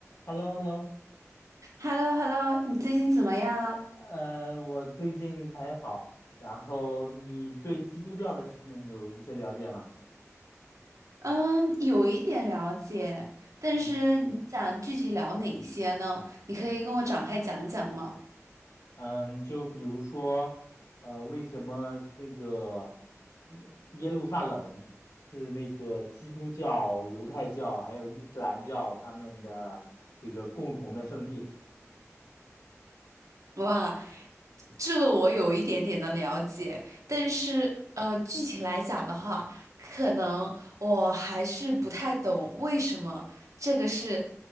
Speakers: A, on the left; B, on the right.
A: h e l l o h e l l o
B: h e l l o h e l l o 你最近怎么样啊？
A: 呃，我最近才好。然后你对基督教的事情有一些了解吗？
B: 嗯，有一点了解，但是你想具体聊哪些呢？
A: 嗯
B: 你可以跟我展开讲讲吗？
A: 嗯，就比如说，呃，为什么那个耶耶路撒冷是那个基督教、犹太教还有伊斯兰教他们的这个共同的圣地？
B: 哇，这个我有一点点的了解，但是呃，具体来讲的话，可能我还是不太懂为什么这个是